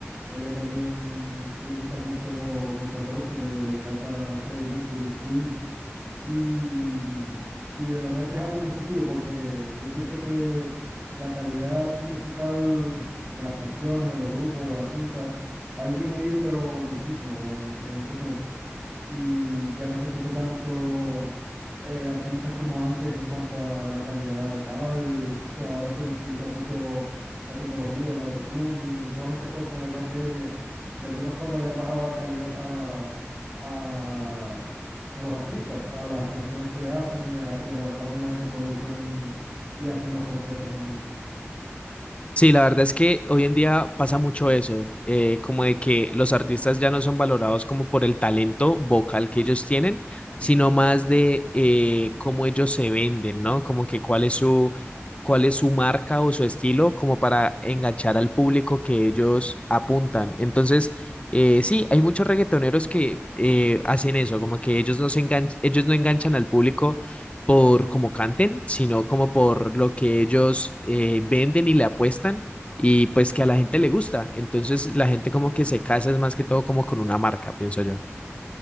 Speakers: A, on the right; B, on the left.
A: ella también le gusta mucho Guns N' Roses, le, le encanta Freddie Mercury, Queen. Y, y de verdad que es algo positivo porque yo pienso que la calidad musical de las canciones, de los grupos, de los artistas, ha disminuido pero muchísimo en, en este tiempo. Y ya no se escucha tanto eh, artistas como antes en cuanto a la calidad vocal. O sea, ahora se utiliza mucho la tecnología, el autotune y todas esas cosas. De verdad que de alguna forma le han bajado la calidad a, a a los artistas, a las canciones que hacen y a, y a la forma en la que producen y hacen los conciertos también.
B: Sí, la verdad es que hoy en día pasa mucho eso, eh, como de que los artistas ya no son valorados como por el talento vocal que ellos tienen,
A: Ujú.
B: sino más de eh, cómo ellos se venden, ¿no? Como que cuál es su, cuál es su marca o su estilo como para enganchar al público que ellos apuntan. Entonces, eh, sí, hay muchos reggaetoneros que eh, hacen eso, como que ellos no se engan- ellos no enganchan al público por cómo canten, sino como por lo que ellos eh, venden y le apuestan y pues que a la gente le gusta. Entonces la gente como que se casa es más que todo como con una marca, pienso yo.